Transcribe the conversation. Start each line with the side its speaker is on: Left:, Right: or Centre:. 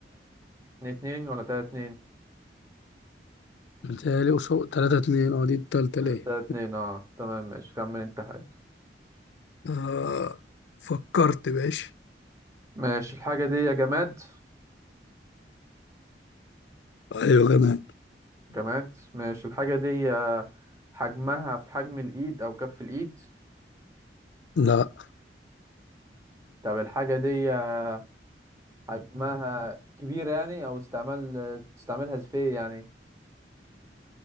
Right: اتنين اتنين ولا تلاتة اتنين
Left: متهيألي قصاد تلاتة اتنين أه دي التالتة ليه؟
Right: تلاتة اتنين اه تمام ماشي خمن انت حاجة
Left: آه فكرت باش
Right: ماشي الحاجة دي يا جماد
Left: أيوة كمان
Right: جماد ماشي الحاجة دي آه، حجمها في حجم الإيد أو كف الإيد
Left: لا
Right: طب الحاجة دي آه، حجمها كبيرة يعني أو استعمال آه، بتستعملها في إيه يعني